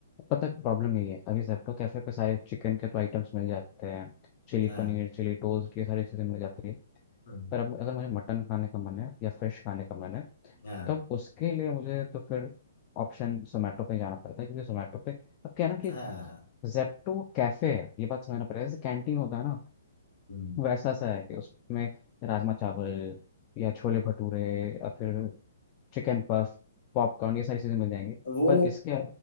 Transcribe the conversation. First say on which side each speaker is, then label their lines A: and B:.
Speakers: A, on the left; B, on the left.
A: पता है प्रॉब्लम यही है अभी जेप्टो कैफे पे सारे चिकन के तो आइटम्स मिल जाते हैं चिली
B: हाँ
A: पनीर चिली टोस्ट ये सारी चीज़ें मिल जाती है
B: हम्म,
A: पर अब अगर मुझे मटन खाने का मन है या फिश खाने का मन है
B: हाँ
A: तब उसके लिए मुझे तो फिर ऑप्शन जोमेटो पे जाना पड़ता है क्योंकि जोमेटो पे अब क्या है ना कि
B: हाँ
A: जेप्टो कैफे है ये बात समझना पड़ेगा जैसे कैंटीन होता है ना
B: हम्म।
A: वैसा सा है कि उसमें राजमा चावल या छोले भटूरे या फिर चिकन पफ पॉपकॉर्न ये सारी चीज़ें मिल जाएंगी
B: वो
A: पर इसके